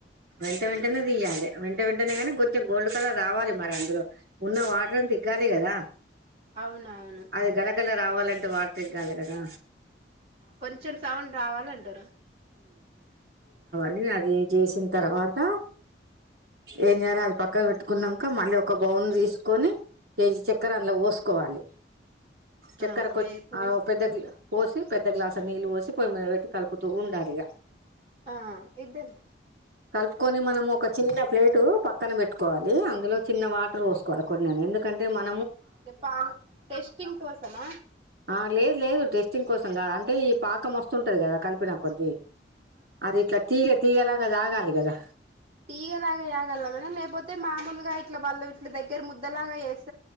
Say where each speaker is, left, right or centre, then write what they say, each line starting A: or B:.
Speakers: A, on the right; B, on the right.
A: వెంట వెంటనే తియ్యాలె వెంట వెంటనే గానీ కొంచెం గోల్డ్ కలర్ రావాలి మరి అందులో ఉన్న వాటర్ ను తిగాలి కదా
B: అవునవును
A: అది గల గల రావాలంటే <unintelligible> లి కదా
B: కొంచెం సౌండ్ రావాలంటారు
A: అ అది చేసిన తర్వాత ఏంచేయాలి అది పక్కన పెట్టుకున్నాక మళ్ళీ ఒక బౌన్ తీసుకొని కేజీ చక్కెర అందులో పోసుకోవాలి చక్కరకు
B: ఆ వేపు
A: ఆ ఆ పెద్దగ్లాస్ పోసి పెద్ద గ్లాసు నీళ్ళు పోసి పొయ్యి మీద పెట్టి కలుపుతూ ఉండాలి ఇక
B: ఆ ఇద్దను
A: కలుపుకొని మనం ఒక చిన్న ప్లేటు పక్కన పెట్టుకోవాలి అందులో చిన్న వాటర్ పోసుకోవాలి కొన్ని ఇన్ని ఎందుకంటే మన
B: <unintelligible> టెస్టింగ్ కోసనా
A: ఆ లేదు లేదు టస్ట్ టెస్టింగ్ కోసం కాదు అంటే ఈ పాకం వస్తుంటది కదా కలిపిన కొద్దీ అది ఇట్లా తీగ తీగలా ఇంకా తాగాలి గదా.
B: టీగలాగా తాగల మేడం లేకపోతే మామూలుగా ఇట్లా బళ్ళు. దగ్గర ముద్దలాగా చేస్.